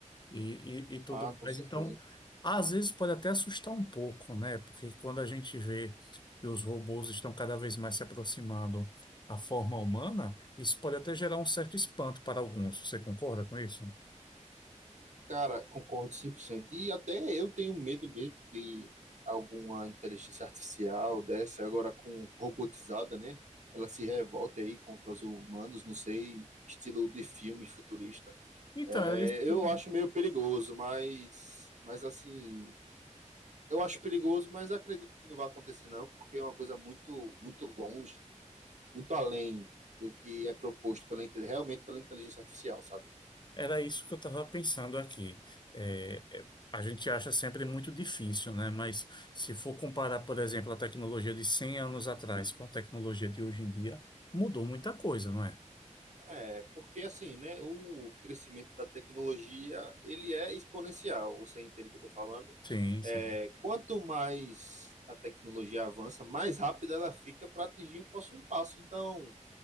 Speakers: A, on the left (about 35°); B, on the right (about 65°).
A: e, e, e tudo
B: Ah, com
A: mais.
B: certeza.
A: Então, às vezes pode até assustar um pouco, né? Porque quando a gente vê que os robôs estão cada vez mais se aproximando à forma humana, isso pode até gerar um certo espanto para alguns. Você concorda com isso?
B: Cara, concordo 100%. E até eu tenho medo mesmo que alguma inteligência artificial dessa, agora com robotizada, né? Ela se revolte aí contra os humanos, não sei, estilo de filme futurista.
A: Então,
B: É,
A: era isso que
B: eu
A: eu
B: acho meio perigoso, mas, mas assim, eu acho perigoso, mas acredito que não vai acontecer não, porque é uma coisa muito, muito longe, muito além do que é proposto pela, inte- realmente pela inteligência artificial, sabe?
A: era isso que eu estava pensando aqui. É, é, a gente acha sempre muito difícil, né? Mas se for comparar, por exemplo, a tecnologia de 100 anos atrás com a tecnologia de hoje em dia, mudou muita coisa, não é?
B: É, porque assim, né, o crescimento da tecnologia, ele é exponencial, você entende o que eu estou falando?
A: Sim,
B: É,
A: sim.
B: quanto mais a tecnologia avança, mais rápida ela fica para atingir o próximo passo. Então,